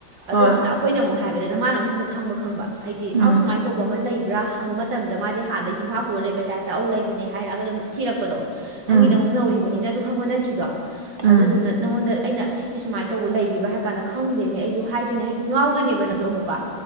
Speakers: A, on the right (about 45°); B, on the right (about 70°).
A: ꯍꯣꯏ
B: ꯑꯗꯨꯗꯨꯅ ꯑꯩꯈꯣꯏꯅ ꯑꯃꯨꯛ ꯍꯥꯏꯕꯗꯅ ꯃꯥꯅ ꯑꯃꯨꯛ ꯁꯠ ꯁꯠ ꯈꯪꯕ ꯈꯪꯕ ꯍꯥꯏꯗꯤ
A: ꯎꯝ
B: ꯑꯥꯎ ꯁꯨꯃꯥꯏꯅ ꯇꯧꯕ ꯑꯃ ꯂꯩꯕ꯭ꯔꯥ ꯍꯪꯕ ꯃꯇꯝ ꯃꯇꯝꯗ ꯃꯥꯗꯤ ꯍꯥꯟꯅꯗꯩ ꯆꯤꯟꯐꯥ ꯄꯨꯔ ꯂꯩꯕꯩ ꯇꯥꯏꯞꯇ ꯇ ꯍ <unintelligible> ꯂꯩꯕꯅꯦ ꯍꯥꯏꯔꯛꯑꯒ ꯑꯗꯨꯝ ꯊꯤꯔꯛꯄꯗꯣ
A: ꯎꯝ
B: ꯅꯪꯒꯤꯅ ꯑꯃꯨꯛ ꯅꯧꯔꯤꯕꯅꯤꯅ ꯑꯗꯨ ꯈꯪꯕ ꯅꯠꯇ꯭ꯔꯤꯗꯣ ꯑꯗꯨꯗꯨꯅ
A: ꯎꯝ
B: ꯅꯪꯉꯣꯟꯗ ꯑꯩꯅ ꯁꯤꯁꯦ ꯁꯨꯃꯥꯏꯅ ꯇꯧꯕ ꯂꯩꯈꯤꯕ꯭ꯔꯥ ꯍꯥꯏ ꯀꯥꯟꯗ ꯈꯪꯗꯦꯅꯦ ꯑꯩꯁꯨ ꯍꯥꯏꯗꯣꯏꯅꯦ ꯉꯥꯎꯗꯣꯏꯅꯦꯕ ꯅꯪꯁꯨ ꯑꯃꯨꯛꯀ